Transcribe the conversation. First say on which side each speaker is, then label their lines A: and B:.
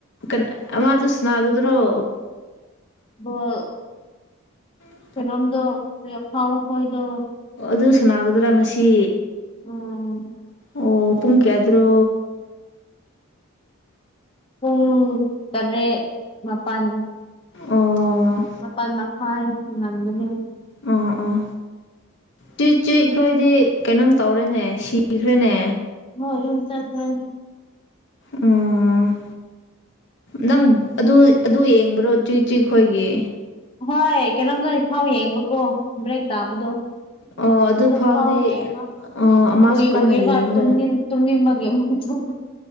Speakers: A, on the left (about 55°); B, on the left (about 25°).
A: ꯀꯟ ꯑꯃꯗ ꯁꯅꯥꯒꯗ꯭ꯔꯣ
B: ꯕꯣꯜ
A: ꯎꯝ
B: ꯄꯔꯝꯗ ꯐꯈꯣꯏꯗꯣ
A: ꯑꯣ ꯑꯗꯨ ꯁꯥꯟꯅꯥꯒꯗ꯭ꯔꯥ ꯉꯁꯤ
B: ꯑꯣ
A: ꯑꯣ ꯄꯨꯡ ꯀꯌꯥꯗ꯭ꯔꯣ
B: ꯄꯨꯡ ꯇꯔꯦꯠ ꯃꯥꯄꯜ
A: ꯑꯣ
B: ꯃꯥꯄꯟ ꯃꯈꯥꯢ ꯅꯪꯒꯅꯤ
A: ꯑꯣ ꯑꯣ ꯇ꯭ꯋꯤꯠꯁꯤ ꯑꯩꯈꯣꯏꯗꯤ ꯀꯩꯅꯣꯝ ꯇꯧꯔꯦꯅꯦ ꯁꯤꯈ꯭ꯔꯦꯅꯦ
B: ꯃꯣꯢ ꯌꯨꯝ ꯆꯠꯄꯩ
A: ꯎꯝ ꯅꯪ ꯑꯗꯨ ꯑꯗꯨ ꯌꯦꯡꯕ꯭ꯔꯣ ꯆꯨꯏ ꯆꯨꯏꯈꯣꯏꯒꯤ
B: ꯍꯣꯏ ꯀꯩꯅꯣꯝꯇ ꯏꯐꯥꯎ ꯌꯦꯡꯕꯀꯣ ꯕ꯭ꯔꯦꯛ ꯇꯥꯕꯗꯣ
A: ꯑꯣ ꯑꯗꯨ
B: ꯆꯐꯥꯎ
A: ꯐꯥꯎꯗꯤ
B: ꯌꯦꯡꯉꯣ
A: ꯑꯣ ꯑꯃꯁꯨ
B: ꯎꯨꯢ
A: ꯀꯟꯅ
B: ꯎꯨꯢꯔ
A: ꯌꯦꯡꯉꯒ
B: ꯈꯨꯝꯅꯤꯡꯕꯒꯤ ꯑꯃ ꯊꯣꯛ